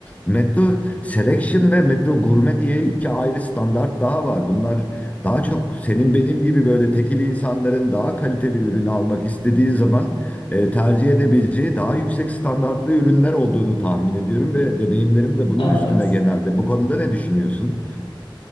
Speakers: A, on the left (about 15°); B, on the left (about 75°).
A: Metro Selection ve Metro Gurme diye iki ayrı standart daha var. Bunlar daha çok senin benim gibi böyle tekil insanların daha kaliteli ürünü almak istediği zaman e, tercih edebileceği daha yüksek standartlı ürünler olduğunu tahmin ediyorum ve deneyimlerim
B: Hı hı.
A: de bunun
B: Evet.
A: üstüne genelde. Bu konuda ne düşünüyorsun?